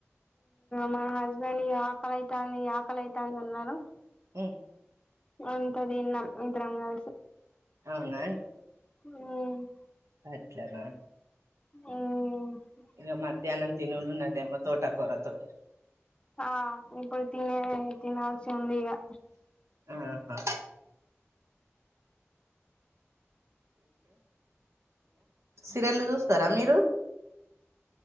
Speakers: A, on the left; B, on the right.
A: మా హస్బెండ్ ఇగ ఆకలైతాంది, ఆకలైతాంది అన్నరు.
B: హ్
A: అంత తిన్నాం ఇద్దరం కలిసి.
B: అవునా అండి.
A: ఉ
B: అట్లనా
A: హ్
B: ఇగ మధ్యాహ్నం తినుడు ఉన్నదేమో తోటకూర తోటి.
A: ఆ ఇప్పుడు తినలే, తినాల్సింది ఇగా.
B: ఆహా సీరియల్లు చూస్తరా మీరు?